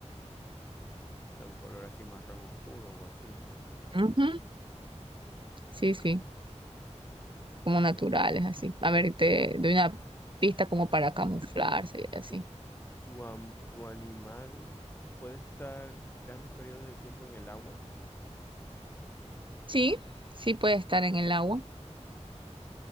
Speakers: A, on the left; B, on the right.
A: O sea, un color así marrón oscuro o así.
B: Ujú, Sí, sí, como naturales, así. A ver, te doy una pista como para camuflarse y así.
A: ¿Tu, tu, am- tu animal puede estar grandes periodos de tiempo en el agua?
B: Sí, sí puede estar en el agua.